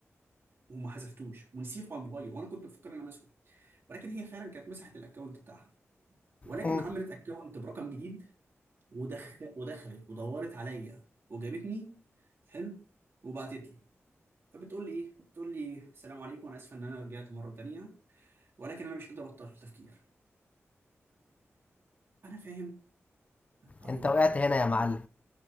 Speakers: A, on the right; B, on the left.
A: وما حذفتوش ونسيته على الموبايل وانا كنت بفكر ان انا ماسحه ولكن هي فعلا كانت مسحت الاكونت بتاعها ولكن
B: امم
A: عملت اكونت برقم جديد ودخل ودخلت ودورت عليا وجابتني حلو وبعتت لي فبتقول لي ايه؟ بتقول لي السلام عليكم انا اسفه ان انا رجعت مره تانيه ولكن انا مش قادر ابطل التفكير فانا فاهم ارد
B: انت وقعت
A: ولا
B: هنا
A: ما
B: يا
A: اردش
B: معلم